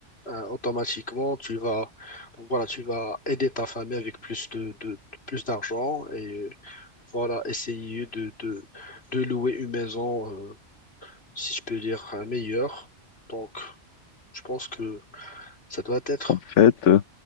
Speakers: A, on the left (about 55°); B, on the left (about 80°).
A: euh, automatiquement, tu vas, donc voilà, tu vas aider ta famille avec plus de, de, de- plus d'argent et euh, voilà, essayer de, de, de louer une maison, euh, si je peux dire, euh, meilleure. Donc, je pense que ça doit être.
B: En fait, euh,